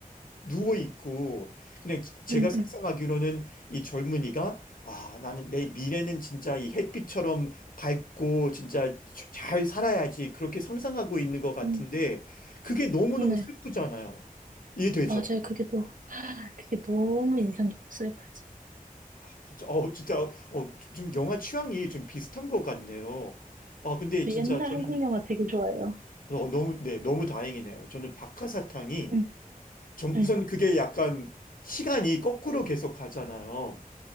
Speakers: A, on the left; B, on the right.
A: 누워 있고 근데 제가
B: 응,
A: 상상하기로는
B: 응,
A: 이 젊은이가 아 나는 내 미래는 진짜 이 햇빛처럼 밝고 진짜 자- 잘 살아야지 그렇게 상상하고 있는 것 같은데
B: 응,
A: 그게 너무너무
B: 네,
A: 슬프잖아요. 이해되죠?
B: 맞아요. 그게 또 그게 너무 인상 깊었어요. 그래서.
A: 진짜 어 진짜 어, 좀 영화 취향이 좀 비슷한 것 같네요. 아 근데
B: 옛날
A: 진짜 저는
B: 한국 영화 되게 좋아해요.
A: 어, 너무 네 너무 다행이네요. 저는 박하사탕이
B: 응,
A: 전
B: 응,
A: 우선 그게 약간 시간이 거꾸로 계속 가잖아요.